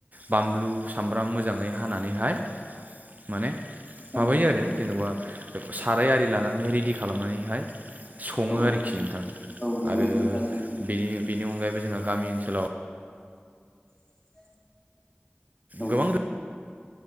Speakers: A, on the right; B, on the left.
A: बामलु सामब्राम मोजाङै। हानानैहाय माने माबायो
B: औ
A: आरो जेन'बा साराय आरि लानानैहाय रेडि खालामनानैहाय सङो
B: औ
A: आरोखि नोंथां
B: औ नंगौ
A: आरो
B: नोंथां थारैनो
A: बेनि बेनि अनगायैबो जोंहा गामि ओनसोलाव
B: <inaudible> औ
A: गोबां रो